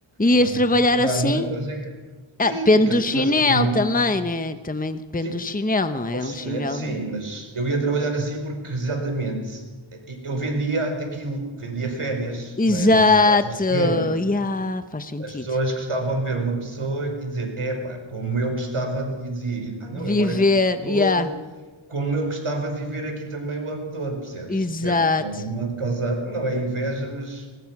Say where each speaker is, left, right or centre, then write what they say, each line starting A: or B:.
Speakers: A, on the left; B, on the right.
A: Ias
B: A não ser
A: trabalhar
B: que vá ir
A: assim?
B: à noite, a não ser que.
A: Ah,
B: Sim,
A: depende
B: porque
A: do
B: as pessoas
A: chinelo
B: que vinham.
A: também, né? Também depende
B: Sim,
A: do chinelo,
B: por
A: não é?
B: por chinelos,
A: Um chinelo.
B: sim, mas eu ia trabalhar assim porque exatamente eu vendia aquilo, vendia férias,
A: Exato,
B: não é? Vendia casas de férias.
A: yeah, faz sentido.
B: As pessoas gostavam de ver uma pessoa e dizer, epá, como eu gostava de... E dizia, ah não,
A: Viver,
B: eu moro aqui o ano todo,
A: yeah,
B: como eu gostava de viver aqui também o ano todo, percebes?
A: exato.
B: Quero de algum modo causar, não é inveja, mas